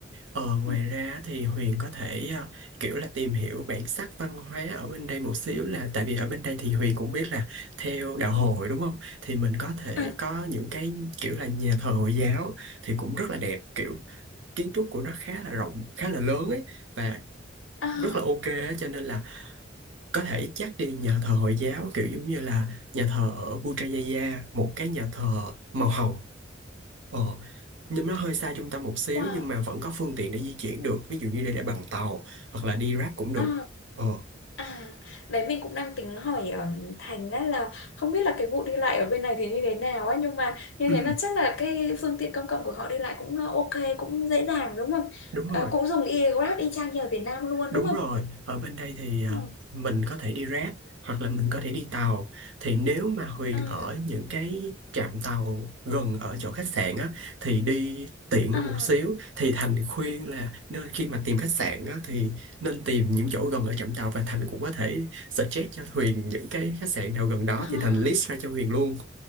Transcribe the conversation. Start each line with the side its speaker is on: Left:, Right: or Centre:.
Right: Ờ, ngoài
Left: Ừ,
Right: ra thì Huyền có thể ờ, kiểu là tìm hiểu bản sắc văn hóa ở bên đây một xíu là tại vì ở bên đây thì Huyền cũng biết là theo đạo Hồi đúng không? Thì mình có thể
Left: à,
Right: có những cái kiểu là nhà thờ Hồi giáo thì cũng rất là đẹp kiểu kiến trúc của nó khá là rộng, khá là lớn ấy và
Left: à,
Right: rất là ok á, cho nên là có thể chắc đi nhà thờ Hồi giáo kiểu giống như là nhà thờ ở Putrajaya một cái nhà thờ màu hồng Ờ, nhưng nó hơi xa trung tâm một xíu
Left: wow
Right: nhưng mà vẫn có phương tiện để di chuyển được ví dụ như đi để bằng tàu hoặc là đi Grab cũng được
Left: à.
Right: ờ
Left: À, đấy mình cũng đang tính hỏi um, Thành á là không biết là cái vụ đi lại ở bên này thì như thế nào ấy nhưng mà như
Right: ừ,
Left: thế là chắc là cái phương tiện công cộng của họ đi lại cũng uh, ok cũng dễ dàng đúng không?
Right: <clears throat> đúng
Left: Ờ,
Right: rồi
Left: cũng dùng e Grab y chang như ở Việt Nam luôn
Right: đúng
Left: đúng không?
Right: rồi ở bên đây thì à,
Left: Ừ.
Right: mình có thể đi Grab hoặc là mình có thể đi tàu thì nếu mà Huyền
Left: À,
Right: ở những cái trạm tàu gần ở chỗ khách sạn á thì đi tiện
Left: à,
Right: hơn một xíu thì Thành khuyên là nên khi mà tìm khách sạn á thì nên tìm những chỗ gần ở trạm tàu và Thành cũng có thể suggest cho Huyền những cái khách sạn nào gần đó
Left: à.
Right: thì Thành list ra cho Huyền luôn